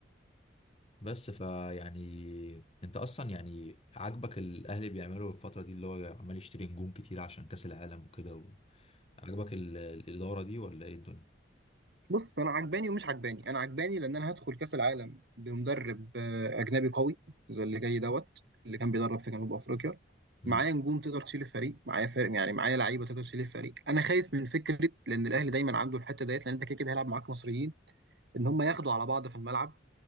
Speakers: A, on the left; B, on the right.
A: بس فيعني انت اصلا يعني عاجبك الاهلي بيعملوا الفتره دي اللي هو عمال يشتري نجوم كتير عشان كاس العالم وكده و... عجبك ال- الاداره دي ولا ايه الدنيا
B: بص انا عجباني ومش عجباني انا عجباني لان انا هدخل كاس العالم بمدرب آه، اجنبي قوي زي اللي جاي دوت اللي كان بيدرب في جنوب افريقيا
A: امم
B: معايا نجوم تقدر تشيل الفريق معايا فرق يعني معايا لعيبه تقدر تشيل الفريق انا خايف من فكره لان الاهلي دايما عنده الحته ديت لان انت كده كده هيلعب معاك مصريين ان هم ياخدوا على بعض في الملعب